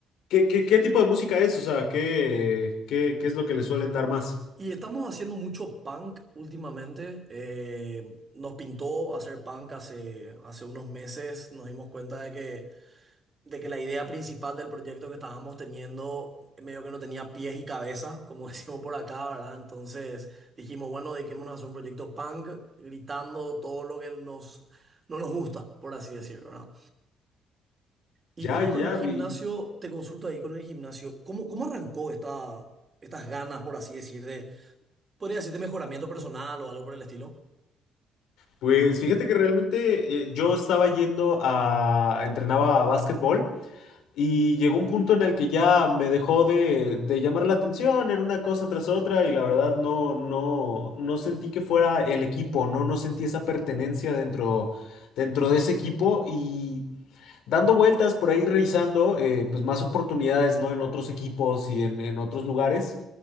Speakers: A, on the left (about 80°); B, on the right (about 20°).
A: qué, qué, qué tipo de música es? O sea, ¿qué, qué, qué es lo que le suelen dar más?
B: Y estamos haciendo mucho punk últimamente. Eh, nos pintó hacer punk hace, hace unos meses. Nos dimos cuenta de que de que la idea principal del proyecto que estábamos teniendo medio que no tenía pies y cabeza, como <laughs> decimos por acá, ¿verdad? Entonces dijimos, bueno, dediquémonos a hacer un proyecto punk, gritando todo lo que nos, no nos gusta, por así decirlo, ¿verdad? Y,
A: Ya,
B: y vos
A: ya
B: con el gimnasio,
A: vi.
B: te consulto ahí con el gimnasio, ¿cómo, cómo arrancó esta, estas ganas, por así decir, de, podría decirte mejoramiento personal o algo por el estilo?
A: Pues fíjate que realmente eh, yo estaba yendo a, entrenaba a básquetbol y llegó un punto en el que ya me dejó de, de llamar la atención, era una cosa tras otra y la verdad no, no, no sentí que fuera el equipo, no, no sentí esa pertenencia dentro, dentro de ese equipo y dando vueltas por ahí revisando eh, pues más oportunidades, ¿no? En otros equipos y en, en otros lugares